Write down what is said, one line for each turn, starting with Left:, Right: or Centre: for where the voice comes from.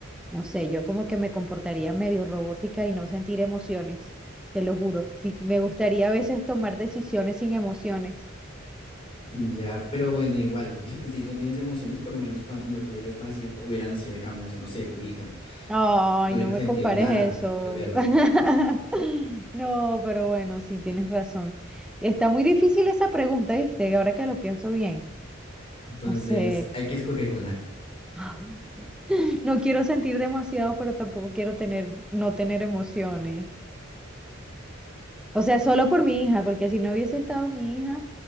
Centre: No sé, yo como que me comportaría medio robótica y no sentir emociones, te lo juro. Sí, me gustaría a veces tomar decisiones sin emociones.
Left: Ya, pero bueno, igual, <laughs> si no tienes emociones, por lo menos cuando tú hubieras nacido, hubiera nacido, digamos, no sé, tu hija,
Centre: Ay,
Left: no hubiera
Centre: no me
Left: sentido
Centre: compares
Left: nada
Centre: eso.
Left: al verla.
Centre: <laughs> No, pero bueno, sí, tienes razón. Está muy difícil esa pregunta, ¿viste? Ahora que lo pienso bien.
Left: Entonces,
Centre: No sé.
Left: hay que escoger una.
Centre: <gasps> <laughs> No quiero sentir demasiado, pero tampoco quiero tener, no tener emociones. O sea, solo por mi hija, porque si no hubiese estado mi hija,